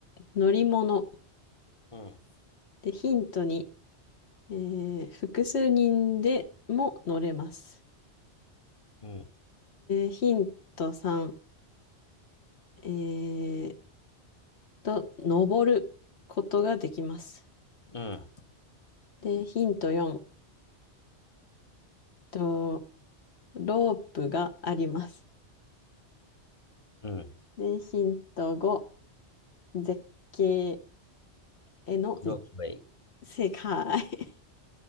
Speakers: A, on the left (about 65°); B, on the left (about 30°).
A: 乗り物。
B: うん、
A: で、ヒント2、えー複数人でも乗れます。
B: うん、
A: で、ヒント3、えーと、登ることができます。
B: うん、
A: で、ヒント4、と、ロープがあります。
B: うん。
A: で、ヒント5、絶景への道。
B: ロープウェイ。
A: 正解。<laughs>